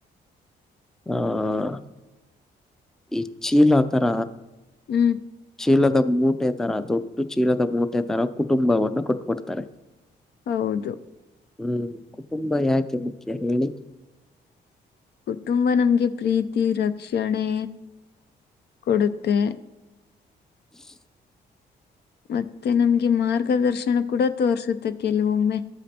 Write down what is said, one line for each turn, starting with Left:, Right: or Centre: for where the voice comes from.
Centre: ಆಹ ಇ ಚೀಲ ತರ
Left: ಹ್ಮ್
Centre: ಚೀಲದ ಮೂಟೆ ತರ ದೊಡ್ಡಡು ಚೀಲದ ಮೂಟೆ ತರ ಕುಟುಂಬವನ್ನು ಕೊಟ್ಬಿಡ್ತಾರೆ.
Left: ಹೌದು
Centre: ಹ್ಮ್ ಕುಟುಂಬ ಯಾಕೆ ಮುಖ್ಯ ಹೇಳಿ.
Left: ಕುಟುಂಬ ನಮ್ಗೆ ಪ್ರೀತಿ ರಕ್ಷಣೆ ಕೊಡುತ್ತೆ.
Centre: <inaudible>
Left: ಮತ್ತೆ ನಮ್ಗೆ ಮಾರ್ಗದರ್ಶನ ಕೂಡ ತೋರ್ಸುತ್ತೆ ಕೆಲವೊಮ್ಮೆ.